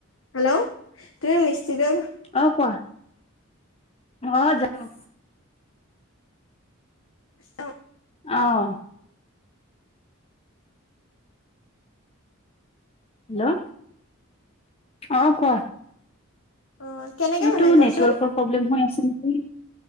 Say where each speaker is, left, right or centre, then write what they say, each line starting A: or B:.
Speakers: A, on the left; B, on the left.
A: হেল্ল' তুমি মিষ্টি দৈ।
B: অ', কোৱা অ', জানো।
A: অ'।
B: অ'। হেল্ল' অ', কোৱা।
A: অ'। কেনেকে
B: এইটো
A: বনাই কোৱাচোন
B: নেটৱৰ্কৰ প্ৰব্লেম হৈ আছে নেকি।